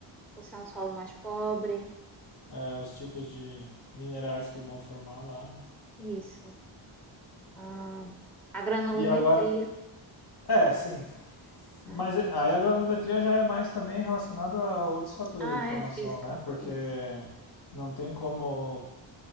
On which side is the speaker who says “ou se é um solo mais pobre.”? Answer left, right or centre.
Centre